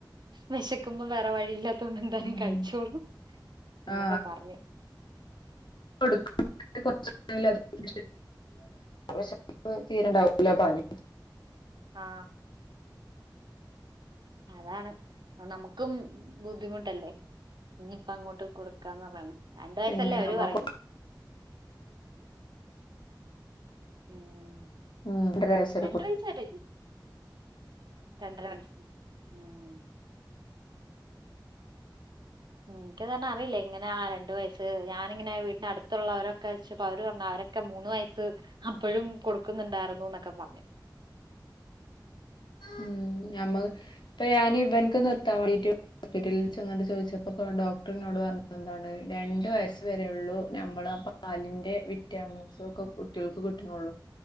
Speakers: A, on the right (about 65°); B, on the left (about 70°).
A: വെശക്കുമ്പോം വേറെ വഴിയില്ല തൊണ്ട് എന്താലും
B: ഉം
A: കഴിച്ചോളൂ എന്നൊക്കെ
B: ആഹ്
A: പറഞ്ഞു
B: കൊടുക്കും <unintelligible> പിന്നെ കൊറച്ച് വെഷപ്പ് തീരണ്ടാവൂല പാല്
A: ആ അതാണ് അ നമുക്കും ബുദ്ധിമുട്ടല്ലേ ഇനിയിപ്പ അങ്ങോട്ട് കൊടുക്കാന്ന് പറയണം രണ്ട് വയസല്ലേ
B: പിന്നെ
A: അവര്
B: ഞമ്മക്ക്
A: പറയുന്നെ ഉം
B: രണ്ടര വരെ
A: രണ്ട്
B: കൊടുക്കും
A: വയസ്സ് വരെ രണ്ടര വയസ് ഉം എനിക്കതന്നെ അറിയില്ല അങ്ങനെ ആ രണ്ടു വയസ് ഞാനിങ്ങനെ വീടിന് അടുത്തുള്ളവരൊക്കെ ചോച്ചപ്പോ അവര് പറഞ അവരൊക്കെ മൂന്ന് വയസ് അപ്പോഴും കൊടുക്കുന്നുണ്ടായിരുന്നു എന്നൊക്കെ പറഞ്ഞു
B: ഉം ഞമ്മക്ക് ഇപ്പ ഞാന് ഇവനക്ക് നിർത്താൻ വേണ്ടിട്ട് ഹോസ്പിറ്റലിൽച്ചെന്നിട്ട് ചോയിച്ചപ്പോ ഡോക്ടറിന്നോട് പറഞ്ഞത് എന്താണ് രണ്ട് വയസ്സ് വരെയുള്ളൂ ഞമ്മള് പാലിന്റെ വിറ്റാമിൻസൊക്കെ കുട്ടികൾക്ക് കിട്ടുന്നൊള്ളൂ